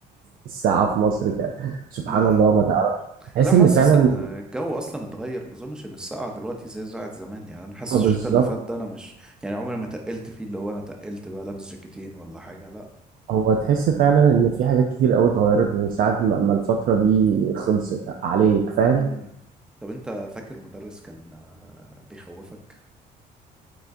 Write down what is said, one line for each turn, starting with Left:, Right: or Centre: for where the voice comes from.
Right: الساعه في مصر كانت سبحان
Centre: امم
Right: الله ما تعرفش تحس
Centre: لا حاسس
Right: ان فعلا
Centre: ان الجو اصلا اتغير ما اظنش ان السقعه دلوقتي زي ساعه زمان يعني انا حاسس
Right: بالظبط
Centre: الشتاء اللي فات ده انا مش يعني عمري ما تقلت فيه اللي هو انا تقلت بقى لابس جاكيتين ولا حاجه لا
Right: هو تحس فعلا ان في حاجات كتير قوي اتغيرت من ساعة ما ما الفترة دي خلصت عليك فاهم
Centre: مم. طب انت فاكر مدرس كان آه، بيخوفك